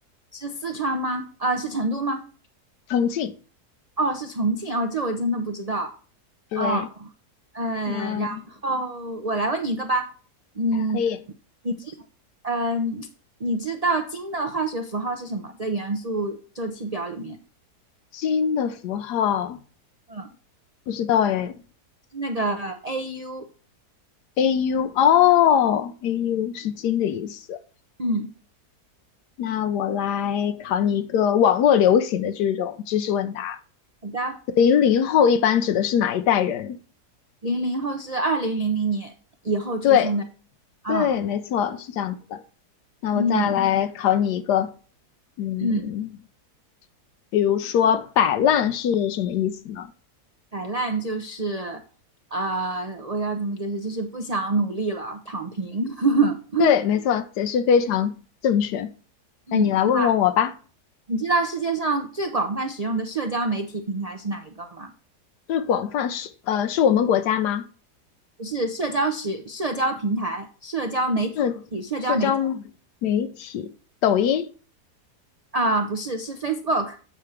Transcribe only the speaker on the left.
重庆。
对，
那嗯，
可以。
金的符号
不知道哎
，AU 哦，AU 是金的意思。
那我来考你一个网络流行的这种知识问答。
零零后一般指的是哪一代人？
对，
对，没错，是这样子的。那我再来考你一个，
嗯，
比如说摆烂是什么意思呢？
对，没错，解释非常正确。
那你来问问我吧，
这广泛是呃是我们国家吗？
是社交
媒体，抖音，